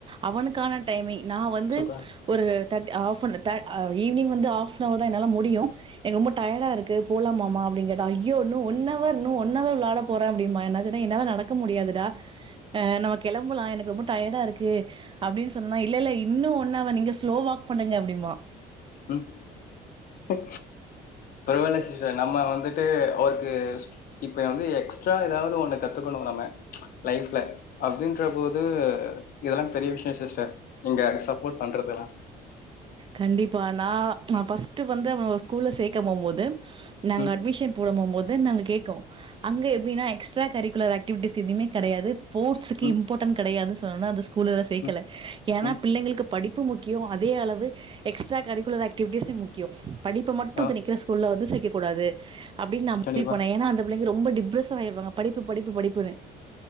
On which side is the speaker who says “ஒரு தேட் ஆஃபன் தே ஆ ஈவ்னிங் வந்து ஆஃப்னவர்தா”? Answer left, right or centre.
Right